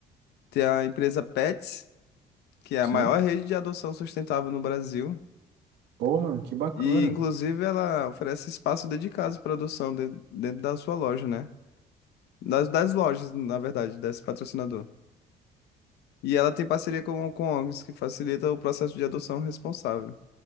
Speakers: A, on the left; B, on the right.
A: tem a empresa Pets, que é a
B: Sim.
A: maior rede de adoção sustentável no Brasil.
B: Pô, mano, que bacana.
A: E, inclusive, ela oferece espaço dedicado para adoção dentro, dentro da sua loja, né? Das, das lojas, na verdade, desse patrocinador. E ela tem parceria com, com ONGs que facilita o processo de adoção responsável.